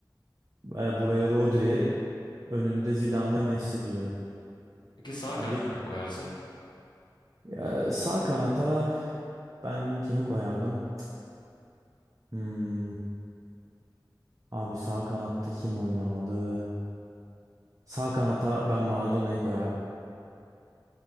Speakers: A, on the right; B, on the left.
A: E, Buraya Rodri, önünde Zidane ve Messi diyorum.
B: Peki sağ kanatta
A: Bence
B: ne koyarsın?
A: Ya, sağ kanata ben kimi koyardım? Hmm, abi sağ kanatta kim oynamalı? Sağ kanata ben Maradona'yı koyardım.